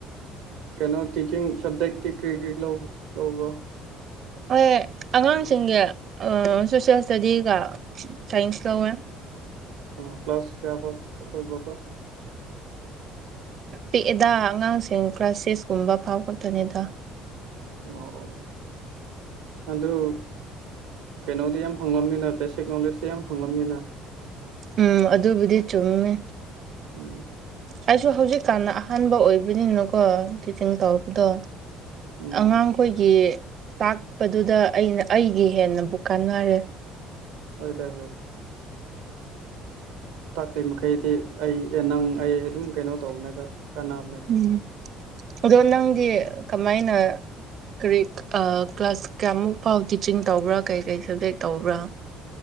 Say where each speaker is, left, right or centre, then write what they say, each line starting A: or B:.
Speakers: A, on the right (about 85°); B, on the right (about 50°).
A: ꯀꯩꯅꯣ ꯇꯤꯆꯤꯡ ꯁꯞꯖꯦꯛꯇꯤ ꯀꯔꯤ ꯀꯔꯤ ꯂꯧꯕ꯭ꯔꯣ
B: ꯍꯣꯏ ꯑꯉꯥꯡꯁꯤꯡꯒꯤ ꯁꯣꯁꯦꯜ ꯏꯁꯇꯗꯤꯒ ꯁꯥꯏꯟꯁ ꯂꯧꯋꯦ <unintelligible>
A: ꯑꯣ ꯄ ꯀ꯭ꯂ꯭ꯂꯥꯁ ꯀꯌꯥꯐꯕ ꯑꯣꯏ ꯀꯣ
B: ꯄꯤꯛꯑꯦꯗ ꯑꯉꯥꯡꯁꯤꯡ ꯀ꯭ꯂꯥꯁ ꯁꯤꯁꯀꯨꯝꯕ ꯐꯥꯎ ꯈꯠꯇꯅꯤꯗ
A: ꯑꯣ ꯑꯗꯨ ꯀꯩꯅꯣꯗꯤ ꯌꯥꯝ ꯐꯪꯂꯝꯕꯅꯤꯅ ꯕꯦꯁꯤꯛ ꯅꯣꯂꯦꯖꯇ ꯌꯥꯝ ꯐꯪꯂꯝꯅꯤꯅ
B: ꯎꯝ ꯑꯗꯨꯕꯨꯗꯤ ꯆꯨꯝꯃꯦ
A: ꯎꯝ
B: ꯑꯩꯁꯨ ꯍꯧꯖꯤꯛꯀꯥꯟꯗ ꯑꯍꯥꯟꯕ ꯑꯣꯏꯕꯅꯤꯅꯀꯣ ꯁꯤꯡ ꯇꯧꯔꯛꯄꯗꯣ
A: ꯎꯝ
B: ꯑꯉꯥꯡꯈꯣꯏꯒꯤ ꯇꯥꯛ ꯆꯄꯗꯨꯗ ꯑꯩꯅ ꯑꯩꯒꯤ ꯍꯦꯟꯅꯕꯨ ꯀꯥꯟꯅꯔꯦ
A: ꯐꯗ ꯍꯗ ꯇꯥꯛꯂꯤꯩ ꯃꯈꯩꯗꯤ ꯑꯩ ꯅꯪ ꯑꯩ ꯑꯗꯨꯝ ꯀꯩꯅꯣ ꯇꯧꯕꯅꯦꯗ ꯀꯥꯟꯅꯕꯅꯦꯗ
B: ꯎꯝ ꯑꯗꯣ ꯅꯪꯗꯤ ꯀꯃꯥꯏꯅ ꯀꯔꯤ ꯀ꯭ꯂꯥꯁ ꯀꯌꯥꯃꯨꯛ ꯐꯥꯎ ꯇꯤꯆꯤꯡ ꯇꯧꯕ꯭ꯔꯥ ꯀꯔꯤꯀꯩ ꯁꯕꯖꯦꯛ ꯇꯧꯕ꯭ꯔꯥ